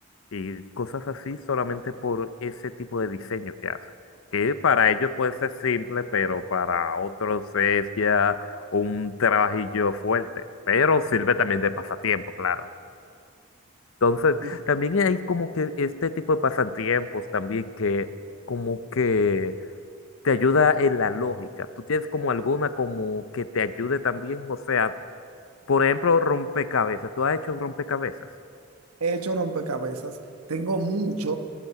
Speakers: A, on the left; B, on the right.
A: y cosas así solamente por ese tipo de diseño que hacen. Que para ellos puede ser simple, pero para otros es ya un trabajillo fuerte. Pero sirve también de pasatiempo, claro. Entonces,
B: Sí.
A: también hay como que este tipo de pasatiempos también que como que te ayuda en la lógica. ¿Tú tienes como alguna como que te ayude también? O sea, por ejemplo, rompecabezas. ¿Tú has hecho rompecabezas?
B: He hecho rompecabezas, tengo mucho.